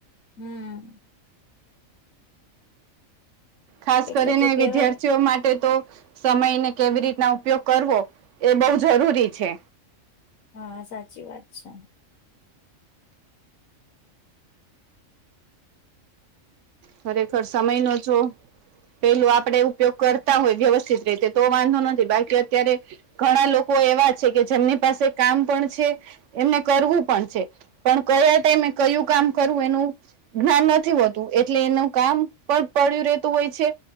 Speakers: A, on the left; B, on the right.
A: હમ્મ
B: ખાસ
A: એટલે
B: કરીને
A: તો કેવાય
B: વિદ્યાર્થીઓ માટે તો સમયને કેવી રીતના ઉપયોગ કરવો એ બહુ જરૂરી છે.
A: હા સાચી વાત છે.
B: ખરેખર સમય નો જો પેલું આપણે ઉપયોગ કરતા હોય વ્યવસ્થિત રીતે તો વાંધો નથી બાકી અત્યારે ઘણા લોકો એવા છે કે જેમની પાસે કામ પણ છે એમને કરવું પણ છે પણ કયા ટાઈમે કયું કામ કરવું એનું જ્ઞાન નથી હોતું એટલે એનું કામ પણ પડ્યું રહેતું હોય છે.